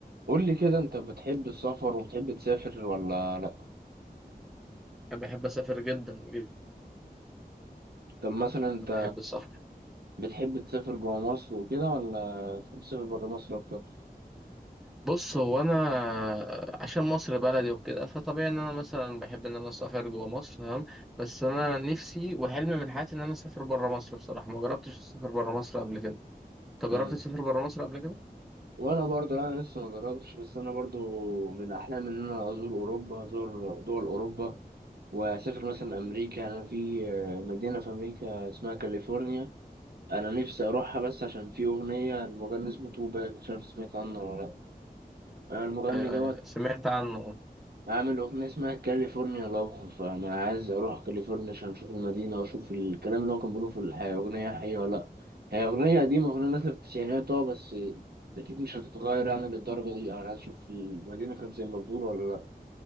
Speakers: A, on the right; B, in the centre.
A: قول لي كده انت بتحب السفر وبتحب تسافر ولا لا
B: بحب اسافر جدا جدا
A: طب مثلا انت
B: بحب السفر
A: بتحب تسافر جوا مصر وكده ولا تحب تسافر بره مصر اكتر
B: بص هو انا عشان مصر بلدي وكده فطبيعي ان انا مثلا بحب ان انا اسافر جوه مصر تمام بس انا نفسي وحلمي من حياتي ان انا اسافر بره مصر بصراحه ما جربتش اسافر بره مصر قبل كده انت جربت
A: امم
B: تسافر بره مصر قبل كده
A: وانا برضو لا انا لسه ما جربتش بس انا برضو من احلامي ان انا ازور اوروبا ازور دول اوروبا واسافر مثلا امريكا انا في مدينه في امريكا اسمها كاليفورنيا انا نفسي اروحها بس عشان في اغنيه المغني اسمه توباك مش عارف سمعت عنه ولا لا المغني
B: آه
A: دوت
B: سمعت عنه
A: عامل أغنية اسمها كاليفورنيا لاف فأنا عايز أروح كاليفورنيا عشان أشوف المدينة وأشوف الكلام اللي هو كان بيقوله في الحياة أغنية حقيقية ولا لأ هي أغنية قديمة أغنية نازلة في التسعينات أه بس أكيد مش هتتغير يعني للدرجة دي أنا عايز أشوف المدينة كانت زي ما بتقول ولا لأ